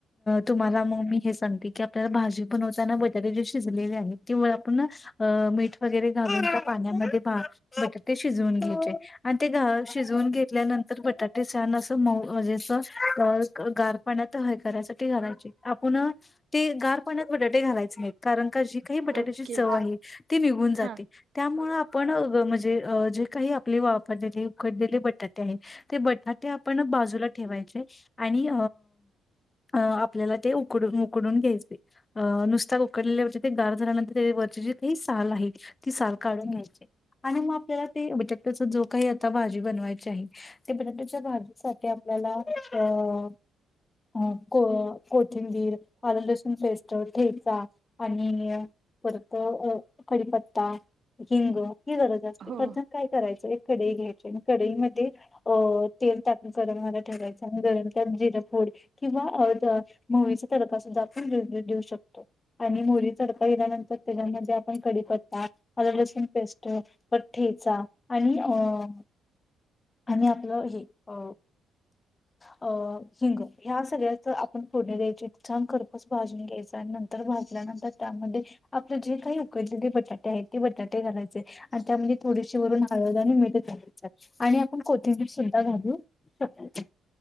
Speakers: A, on the left; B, on the right.
A: तुम्हाला मी हे सांगते की आपल्या भाजी बनताना बटाटे जे शिजलेले आहेत किंवा आपण न मीठ. वगैरे घालून पाण्या मध्ये भात बटाटे शिजून घ्यायचे आणि ते घ शिजून घेतल्यानंतर बटाटे छान अस मऊ म्हणजे आस गार पाण्यात हे करायसाठी घालायच. पुन्हा ते गार पाण्यात बटाटे घालायचे नाही. कारण का जी काही बटाट्याची
B: ओके
A: चव आहे ती निघून जाते. निघून जाते.
B: हा
A: त्यामुळे आपण मजे जे काही आपली वफळलेली उकडलेली बटाटे आहे. ते बटाटे आपण बाजूला ठेवायचे आणि आपल्याला ते उकडून उकडून घ्यायच ते अ नुसता उकडलेले बटाटे गार झाल्यानंतर वरची जी साल आहे. ती साल काढून घ्यायची आणि म आपल्याला ते बटाट्याची जो काही आता भाजी बनवायची आहे. ते बटाट्याच्या भाजीसाठी आपल्याला अ अ को कोथिंबीर आल लसूण पेस्ट ठेचा आणि परत कडीपत्ता हिंग ही गरज असते
B: हो
A: परत आणि काय करायच एक कडई घ्यायची आणि कडई मध्ये तेल टाकून कडाई मध्ये ठेवायच आहे. गरम तेलात जिर, मोहरी किंवा मोहरीच तडका सुद्धा आपण देऊ शकतो आणि मोहरीचा तडका दिल्यानंतर त्याच्यामध्ये आपण कडीपत्ता आल लसूण पेस्ट परत ठेचा आणि अ आणि आपलं हे अ अ हिंग ह्या सगळ्याच आपण फोडणी घ्यायची छान खर्पच भाजून घ्यायचा आणि नंतर भाजल्यानंतर त्यामध्ये आपलं जे काही उकडलेले बटाटे आहेत. ते बटाटे घालायचे आणि अगदी थोडीशी वरून हळद आणि मीठ घालायचं आणि आपण कोथिंबीर सुद्धा घालू शकतो.